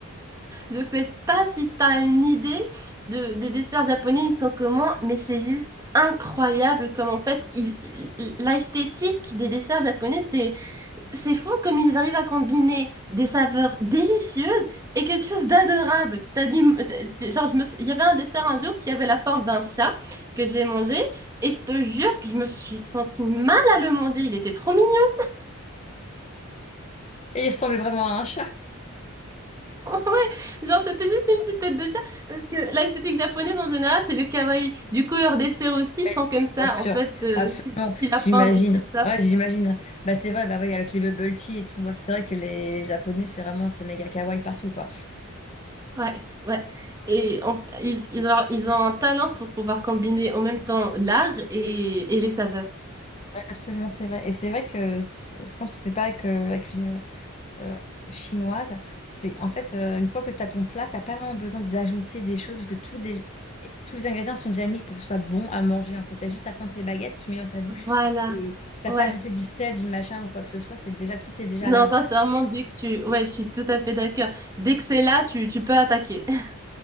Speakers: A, on the right; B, on the left.
A: Je sais pas si tu as une idée de, des desserts japonais, ils sont comment, mais c'est juste incroyable comme en fait, il- il- l'esthétique des desserts japonais, c'est c'est fou comme ils arrivent à combiner des saveurs délicieuses et quelque chose d'adorable. T'as du... t- Genre, je me... sou- Il y avait un dessert un jour qui avait la forme d'un chat que j'ai mangé et je te jure que je me suis sentie mal à le manger. Il était trop mignon. <laughs>
B: Et il ressemblait vraiment à un chat.
A: Ouais, genre, c'était juste une petite tête de chat parce que l'esthétique japonaise en général, c'est le kawaii. Du coup, leurs desserts aussi
B: Oui,
A: sont comme ça.
B: bien sûr.
A: En fait, euh,
B: Absolument.
A: c'est des petits lapins,
B: J'imagine.
A: des petits chats.
B: Ouais, j'imagine. Bah, c'est vrai, bah oui, avec les bubble tea et tout. ouais, C'est vrai que les, les Japonais, c'est vraiment, fait méga kawaii partout, quoi.
A: Ouais, ouais. Et en- ils, ils ont, ils ont un talent pour pouvoir combiner en même temps l'art et, et les saveurs.
B: Ouais, absolument, c'est vrai. Et c'est vrai que c'est- je pense que c'est pareil que la cuisine. euh, chinoise. C'est en fait euh, une fois que tu as ton plat, t'as pas vraiment besoin d'ajouter des choses parce que tout des- tous les ingrédients sont déjà mis pour que ce soit bon à manger. En fait, t'as juste à prendre tes baguettes, tu mets dans ta bouche
A: Voilà,
B: et t'as
A: ouais.
B: pas ajouté du sel, du machin ou quoi que ce soit. C'est déjà tout est déjà
A: Non,
B: là en
A: sincèrement,
B: fait.
A: dès que tu... Ouais, je suis tout à fait d'accord. Dès que c'est là, tu, tu peux attaquer. <laughs>